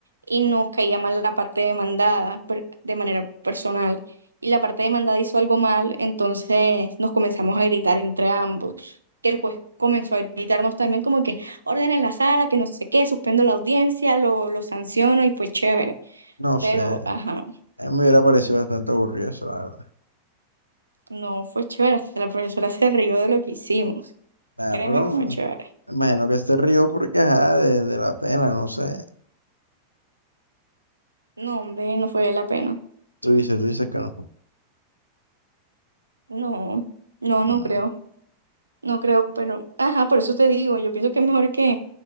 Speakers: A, on the right; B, on the left.
A: y nos caía mal la parte demandada per- de manera personal y la parte demandada hizo algo mal, entonces nos comenzamos a gritar entre ambos. Que el juez comenzó a gritarnos también como que ordenen la sala, que no sé qué, suspendo la audiencia, lo, lo sanciono y fue chévere.
B: No
A: Pero,
B: sé,
A: ajá,
B: a mí me hubiera parecido bastante aburrido eso, la verdad.
A: no fue chévere, hasta la profesora se rió de lo que hicimos.
B: Ah,
A: Créeme
B: pero
A: que
B: mm,
A: fue chévere.
B: me imagino que se rió porque, ajá, de, de la pena, no sé.
A: No, hombre, no fue la pena.
B: Tú dices, tú dices que no.
A: No, no,
B: Mm,
A: no creo. No creo, pero, ajá, por eso te digo, yo pienso que es mejor que,